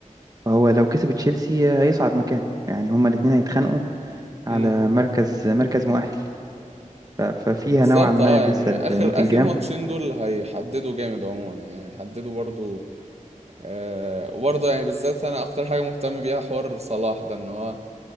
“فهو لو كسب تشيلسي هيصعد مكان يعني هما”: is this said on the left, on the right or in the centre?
Right